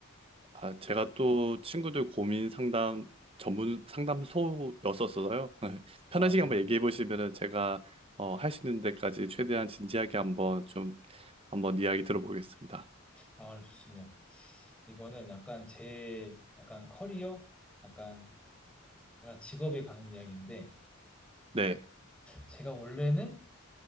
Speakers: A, on the right; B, in the centre.
A: 아, 제가 또 친구들 고민 상담 전문 상담소였었어서요. <laughs> 편하시게
B: 아,
A: 한번 얘기해 보시면은 제가 어, 할 수 있는 데까지 최대한 진지하게 한번 좀 한번 이야기 들어보겠습니다.
B: 아, 좋습니다. 이거는 약간 제, 약간 커리어? 약간, 약간 직업에 가는 이야기인데,
A: 네,
B: 제가 원래는,